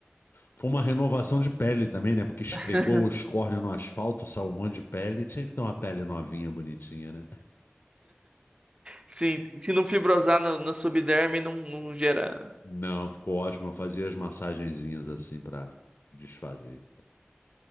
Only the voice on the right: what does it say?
<laughs>
Sim, sim. se não fibrosar na, na subderme, não, não gera.